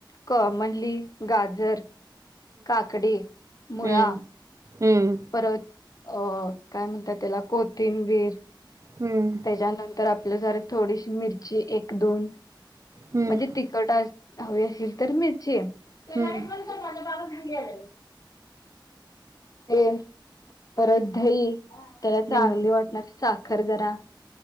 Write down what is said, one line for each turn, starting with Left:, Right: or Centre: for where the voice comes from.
Left: कॉमनली गाजर काकडी
Right: हम्म
Left: मुळा.
Right: हम्म
Left: परत अ काय म्हणतात त्याला कोथिंबीर.
Right: हम्म. हम्म
Left: त्यानंतर आपलं जरा, थोडीशी मिरची एक दोन
Right: हम्म
Left: म्हणजे. तिख <unintelligible> ती
Right: हम्म
Left: लाईट बंद कर, माझ्या बाबाच बिल यायलय. ते परत दही, त्याला चांगली
Right: हम्म
Left: वाटणारी साखर जरा,